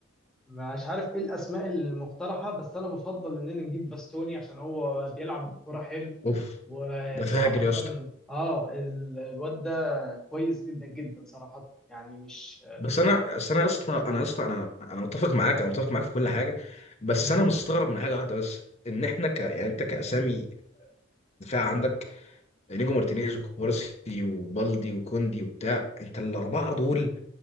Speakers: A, in the centre; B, on the left.
A: مش عارف ايه الاسماء المقترحه بس انا بفضل اننا نجيب باستوني عشان هو بيلعب بالكره حلو
B: اوف
A: وصراحه
B: ده فاجر يا اسطى
A: اه ال- الواد ده كويس جدا جدا صراحه يعني مش
B: بس انا بس انا يا اسطى
A: نعم.
B: انا يا اسطى انا انا متفق معاك انا متفق معاك في كل حاجه بس
A: مم.
B: انا مستغرب من حاجه واحده بس ان احنا ك يعني انت كاسامي دفاع عندك نيجو مارتينيز وكوبارسي وبالدي وكوندي وبتاع انت الاربعه دول